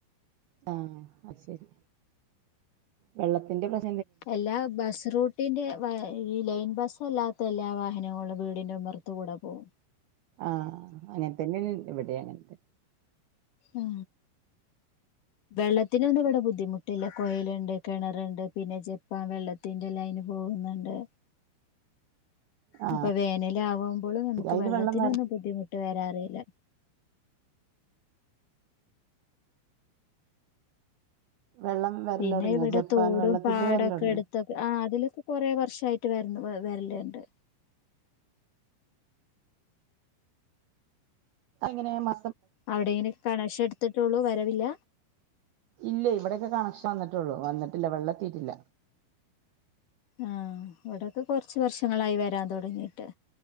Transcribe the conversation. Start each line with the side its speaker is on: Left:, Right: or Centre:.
Right: ആ അത് ശരി വെള്ളത്തിന്റെ പ്രശ്
Left: എല്ലാ ബസ്റൂട്ടിന്റെ വ ഈ ലൈൻ ബസ് അല്ലാത്ത എല്ലാ വാഹനങ്ങളും വീട്ന്റെ ഉമ്മർത്ത്‌ കൂടെ പോവും
Right: ആ അങ്ങൻത്തന്നെണ്‌ ഇവ്ടെ അങ്ങൻതന്നെ
Left: ആ വെള്ളത്തിനൊന്ന്വ്ടെ ബുദ്ധിമുട്ട്ല്ല കൊയല്ണ്ട് കെണറ്ണ്ട് പിന്നെ ജെപ്പാൻ വെള്ളത്തിന്റെ ലൈന് പോക്ന്ന്ണ്ട്
Right: ആ
Left: അപ്പൊ വേനലാകുമ്പോളും
Right: ശരി
Left: നമുക്ക്
Right: അതിൽ
Left: വെള്ളത്തിനൊന്നും
Right: വെള്ളം വര
Left: ബുദ്ധിമുട്ട് വരാറില്ല
Right: വെള്ളം വരൽ
Left: പിന്നെ
Right: തുടങ്ങിയോ
Left: ഇവിടെ
Right: ജപ്പാൻ
Left: തോടും
Right: വെള്ളത്തിന്റെ
Left: പാടൊക്കെ
Right: വരൽ തുടങ്ങിയോ
Left: എടുത്തൊക്കെ ആ അതിലൊക്കെ കൊറെ വർഷായി റ്റ് വരല് വരലുണ്ട്
Right: അയെങ്ങനെ മാ
Left: അവിടെ എങനെ കണക്ഷ എടുത്തിട്ടുള്ളൂ വരവില്ല
Right: ഇല്ല ഇവിടെക്കെ കണക്ഷൻ വന്നിട്ടുള്ളു വന്നിട്ടില്ല വെള്ളെത്തിട്ടില്ല
Left: ആഹ് ഇവിടെക്കെ കൊറച്ച് വർഷങ്ങളായി വരാൻ തുടങ്ങിട്ട്